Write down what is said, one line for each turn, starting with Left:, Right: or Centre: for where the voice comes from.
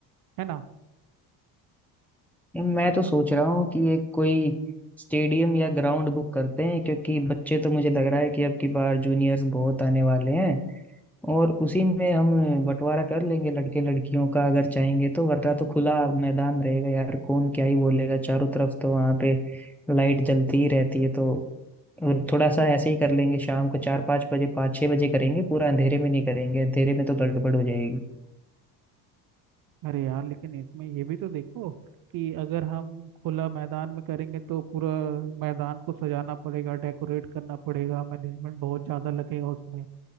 Right: है ना
Centre: मैं तो सोच रहा हूँ कि एक कोई स्टेडियम या ग्राउंड बुक करते हैं क्योंकि बच्चे तो मुझे लग रहा है कि अब की बार जूनियर्स बहुत आने वाले हैं और उसी में हम बंटवारा कर लेंगे लड़के लड़कियों का अगर चाहेंगे तो वरना तो खुला मैदान रहेगा यार कौन क्या ही बोलेगा चारों तरफ तो वहाँ पे लाइट जलती ही रहती है तो थोड़ा सा ऐसे ही कर लेंगे शाम को चार पाँच बजे पाँच छः बजे करेंगे पूरा अंधेरे में नहीं करेंगे अंधेरे में तो गड़बड़ हो जाएगी
Right: अरे यार लेकिन इसमें ये भी तो देखो कि अगर हम खुला मैदान में करेंगे तो पूरा मैदान को सजाना पड़ेगा डेकोरेट करना पड़ेगा मैनेजमेंट बहुत ज़्यादा लगेगा उसमें